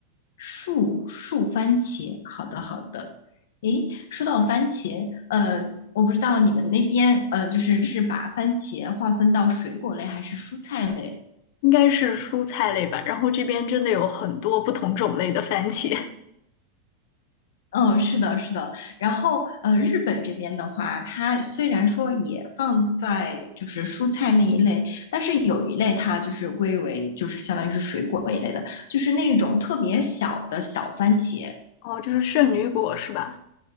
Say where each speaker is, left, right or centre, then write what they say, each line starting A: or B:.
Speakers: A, on the left; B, on the left.
A: 树树番茄，好的好的。诶，说到番茄，呃，我不知道你们那边，呃，就是是把番茄划分到水果类还是蔬菜类？
B: 应该是蔬菜类吧。然后这边真的有很多不同种类的番茄，
A: 嗯，是的，是的。然后，呃，日本这边的话，它虽然说也放在就是蔬菜那一类，但是有一类它就是归为就是相当于是水果一类的，就是那种特别小的小番茄。
B: 哦，就是圣女果是吧？